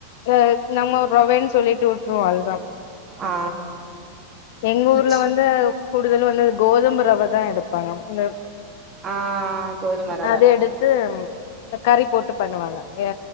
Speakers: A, on the left (about 50°); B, on the right (about 25°).
A: அ நம்ம ரவேன்னு சொல்லிட்டு விட்டுருவோ அதுதா
B: ஆ
A: எங்க
B: கிச்
A: ஊர்ல வந்து கூடுதலு வந்து கோதம ரவ தா எடுப்பாங்க இந்த
B: ஆ கோதுமை ரவ
A: அது எடுத்து கறி போட்டு பண்ணுவாங்க எ